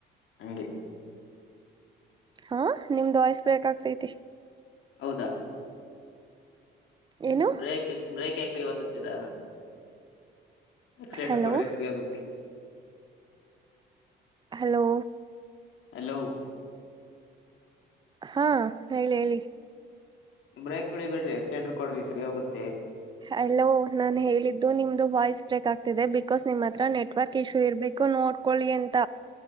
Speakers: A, on the left; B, on the right.
A: ಹಂಗಗೆ
B: ಹಾ ನಿಮ್ದ್ ವಯ್ಸ್ ಬ್ರೇಕ್ ಆಗ್ತೈತಿ
A: ಹೌದ
B: ಏನು
A: ಬ್ರೇಕ್ ಬ್ರೇಕ್ ಯಾಕ್ರ ತ್ತತೀರಾ ಎಕ್ಸಲೇಟರ್
B: ಹಲೋ
A: ಕೊಡ್ರಿ ಸರಿ ಆಾಗುತ್ತೆ
B: ಹಲೋ
A: ಹಲೋ
B: ಹಾ ಹೇಳಿ ಹೇಳಿ
A: ಬ್ರೇಕ್ ತಿಳಿಬೇಡಿ ಎಕ್ಸ್ಲೇಟರ್ ಕೊಡ್ರಿ ಸರಿ ಹೋಗುತ್ತೆ
B: ಅಲ್ಲೋ ನಾನು ಹೇಳಿದ್ದು ನಿಮ್ದು ವಾಯ್ಸ್ ಕ್ ಆಗ್ತಿದೆ ಬಿಕಾಸ್ ನಿಮ್ಮ್ ಹತ್ರ ನೆಟ್ವರ್ಕ್ ಇಶ್ಯೂ ಇರ್ಬೇಕು ನೋಡ್ಕೊಳ್ಳಿ ಅಂತ